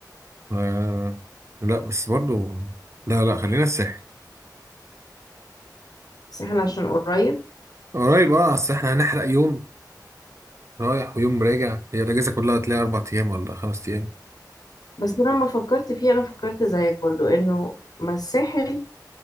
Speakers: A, on the right; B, on the left.
A: آه لا بس برضو لا لا خلينا الساحل
B: الساحل عشان قريب
A: قريب اه اصل احنا هنحرق يوم رايح ويوم راجع هي الاجازة كلها هتلاقي اربع ايام ولا خمس ايام
B: بس انا لما فكرت فيه انا فكرت زيك برضو انه ما الساحل